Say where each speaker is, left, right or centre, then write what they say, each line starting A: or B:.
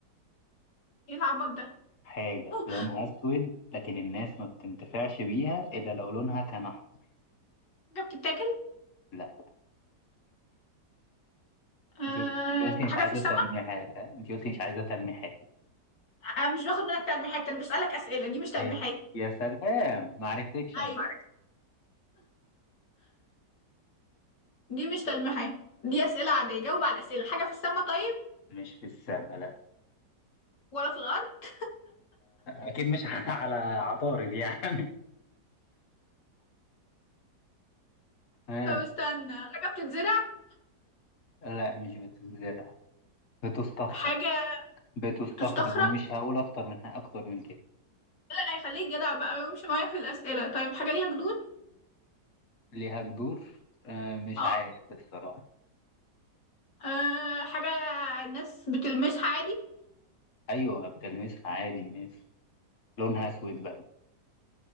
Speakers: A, on the left; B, on the left.
A: إيه العبط ده
B: حاجة
A: أوه،
B: لونها أسود لكن الناس ما بتنتفعش بيها إلا لو لونها كان أحمر
A: حاجة بتتاكل
B: لا
A: أه...
B: أنت قلت أنت قلتي
A: حاجة
B: مش عايزة
A: في السماء
B: تلميحات ها أنت قلتي مش عايزة تلميحات
A: أه مش باخد منك تلميحات أنا بسألك أسئلة دي مش تلميحات
B: يا س... يا سلام ما عرفتكش أنا
A: ايوه دي مش تلميحات دي أسئلة عادية جاوب على الأسئلة حاجة في السماء طيب
B: مش في السما لا
A: ولا في الأرض
B: أكيد مش <laughs> على عطارد يعني ها
A: طب استنى حاجة بتتزرع
B: لا مش بتتزرع بتستخرج
A: حاجة
B: بتستخرج
A: بتستخرج
B: ومش هقول أكتر من أكتر من كده
A: لا هيخليك جدع بقى ويمشي معايا في الأسئلة طيب حاجة ليها جذور
B: ليها جذور آه مش
A: اه
B: عارف الصراحة
A: آه، حاجة الناس بتلمسها عادي
B: أيوة بتلمسها عادي الناس لونها أسود بقى